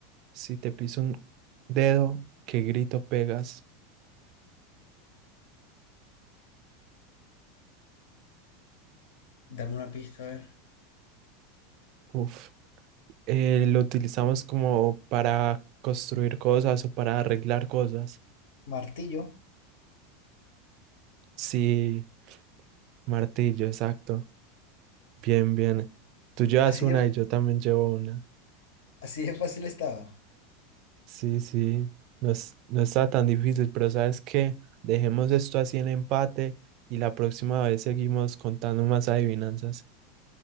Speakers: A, on the right (about 40°); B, on the left (about 85°).
A: Si te piso un dedo, ¿qué grito pegas?
B: dame una pista, a ver.
A: Uf. Eh, lo utilizamos como para construir cosas o para arreglar cosas.
B: Martillo,
A: Sí, martillo, exacto. Bien, bien. Tú llevas
B: así
A: una
B: de,
A: y yo también llevo una.
B: así de fácil estaba.
A: Sí, sí. No, es- no está tan difícil, pero ¿sabes qué? Dejemos esto así en empate y la próxima vez seguimos contando más adivinanzas.